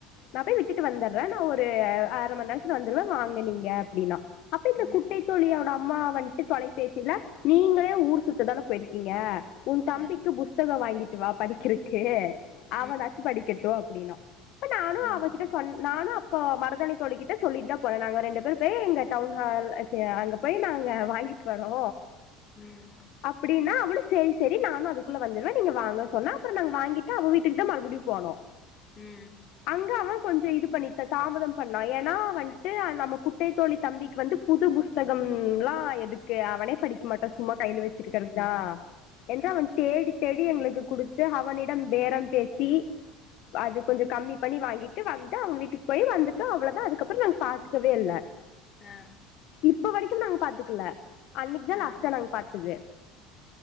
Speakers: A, on the left; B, on the left.
A: நா போய் விட்டுட்டு வந்துடுறே நா ஒரு அரை மணிநேர வந்துருவே வாங்க நீங்க அப்டின்னா அப்ப இந்த
B: ம்
A: குட்டை தோழியோட அப் அம்மா வன்ட்டு தொலைபேசில நீங்களே ஊர் சுத்ததான போயிருக்கீங்க உன் தம்பிக்கு
B: ம்
A: புஸ்தகம் வாங்கிட் வா படிக்கிறக்கு அவனாச்சு
B: ம்
A: படிக்கட்டும் அப்புடினா அப்ப நானு
B: ம்
A: அவகிட்ட சொன் நானு அப்ப மருதனை தோழிகிட் ட்ட சொல்லிட்டு தா போரே நாங்க ரெண்டு பேரும் பேய் எங்க டவுன் ஹால் அச்ச அங்க போய் நாங்க வாங்கிட்டு வறோ
B: ம்
A: அப்புடின்னா அவ்லு செரி செரி நானு அதுக்குள்ள வந்துருவே நீங்க வாங்க சொன்னா அப்பறோ நாங்கள் வாங்கிட்டு அவ வீட்டுக்குத்தா மறுபடியு போனோ
B: உம்
A: அங்க அவன் கொஞ்சோ இது பண்ணித் தாமதம் பண்ணான் நா வன்ட்டு நம்ம குட்டை தோழி தம்பிக்கு வந்து புது புஸ்தகம்ல்லா எதுக்கு அவனே படிக்க மாட்டா சும்மா கையில வச்சிருக்கிறதுத்தா என்று
B: ஆ
A: அவன் தேடி செடி எங்களுக்கு குடுத்து அவனிடம் பேரம் பேசி அது கொஞ்சோ கம்மி பண்ணி வாங்கிட் ன்டு வந்துட் அவங்க வீட்டுக்கு போயி வந்துட்டோ அவ்ளோதா அதுக் அதுக்கப்பறோ நாங்க பாத்துக்கவே இல்ல
B: ஆ
A: இப்ப வரைக்கு நாங்க பாத்துக்கல அன்னைக்கிதா
B: ஆ
A: லாஸ்ட்டா நாங்க பாத்தது